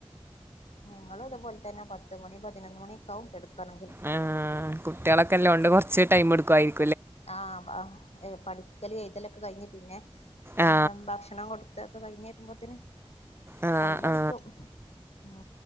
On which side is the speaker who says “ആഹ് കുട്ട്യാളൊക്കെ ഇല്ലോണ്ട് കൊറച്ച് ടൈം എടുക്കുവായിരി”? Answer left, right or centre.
Right